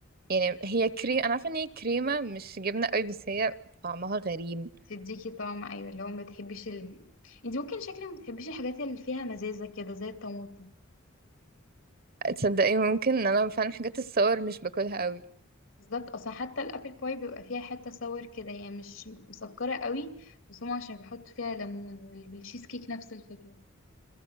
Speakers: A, on the right (about 50°); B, on the left (about 75°).
A: يعني هي كريم انا عارفه ان هي كريمه مش جبنه قوي بس هي طعمها غريب
B: تديكي طعم ايوه اللي هو ما بتحبيش ال... انت ممكن شكلك ما بتحبيش الحاجات اللي فيها مزازة كده زي الطماطم
A: تصدقي ممكن ان انا فعلا حاجات الصور مش باكلها قوي
B: بالظبط اصلا حتى الابل باي بيبقى فيها حتة صور كده هي يعني مش مسكرة قوي بس هم عشان بيحطوا فيها ليمون والتشيز كيك نفس الفكرة